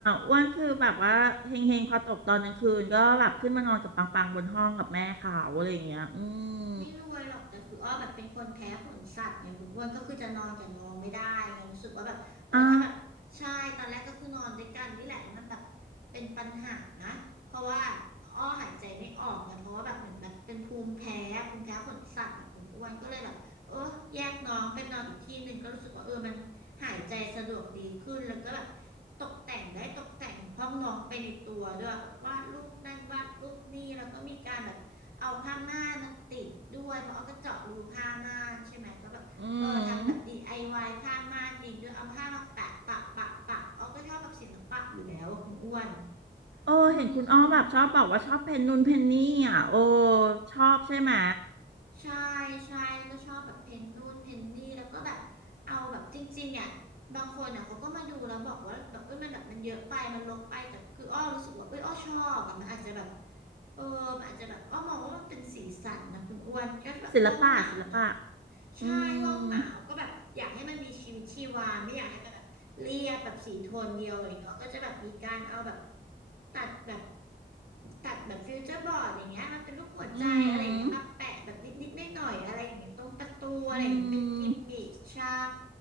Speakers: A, on the right (about 75°); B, on the right (about 55°).
A: อ้วนคือแบบว่าเฮงเฮงพอตกตอนกลางคืนก็แบบขึ้นมานอนกับปังปังบนห้องกับแม่เขาอะไรอย่างเงี้ยอืม
B: ไม่รวยหรอกแต่คืออ้อแบบเป็นคนแพ้ขนสัตว์เนี่ยคุณอ้วนก็คือจะนอนกับน้องไม่ได้ไงรู้สึกว่าแบบเออถ้าแบบใช่ตอนแรกก็คือนอนด้วยกันนี่แหละแล้วมันแบบ
A: อ่า
B: เป็นปัญหาเพราะว่าอ้อหายใจไม่ออกไงเพราะว่าแบบเหมือนแบบเป็นภูมิแพ้ภูมิแพ้ขนสัตว์แบบคุณอ้วนก็เลยแบบเออแยกน้องไปนอนอีกที่หนึ่งก็รู้สึกว่าเออมันหายใจสะดวกดีขึ้นแล้วก็แบบตกแต่งได้ตกแต่งห้องน้องไปในตัวด้วยแบบวาดรูปนั่นวาดรูปนี่แล้วก็มีการแบบ เอาผ้าม่านมาติดด้วยเพราะเอาก็เจาะรูผ้าม่านใช่ไหมก็แบบเออทำแบบ
A: อืม
B: DIY ผ้าม่านเองด้วยเอาผ้ามาแปะปะปะปะเอาก็ชอบแบบศิลปะอยู่แล้วว่าคุณอ้วน
A: โอ้เห็นคุณอ้อแบบชอบบอกว่าชอบเพนนูนเพนนี่อ่ะโอ้
B: อืม
A: ชอบใช่ไหม
B: ใช่ใช่ก็ชอบแบบเพนนู่นเพนนี่แล้วก็แบบเอาแบบจริงๆอ่ะบางคนอ่ะเขาก็มาดูแล้วบอกว่าแบบเอ้ยมันแบบมันเยอะไปมันรกไปแต่คืออ้อรู้สึกว่าเอ้ยอ้อชอบแบบมันอาจจะแบบเออมันอาจจะแบบอ้อมองว่ามันเป็นสีสันนะคุณอ้วนก็แบบห้องหมาเนาะ
A: ศิลปะศิลปะ
B: ใช่ห้องหมาก็แบบอยากให้มันมีชีวิตชีวาไม่อยากให้มันแบบเรียบแบบสีโทนเดียวอะไรเงี้ยก็จะแบบมีการเอาแบบ
A: อืม
B: ตัดแบบตัดแบบฟิวเจอร์บอร์ดอย่างเงี้ยมาเป็นรูปหัวใจอะไรอย่างเงี้ยมาแปะแบบนิดๆหน่อยๆอะไรอย่างเงี้ยตรงประตูอะไรอย่างเงี้ยเป็นกิมมิคใช่
A: อืมอืม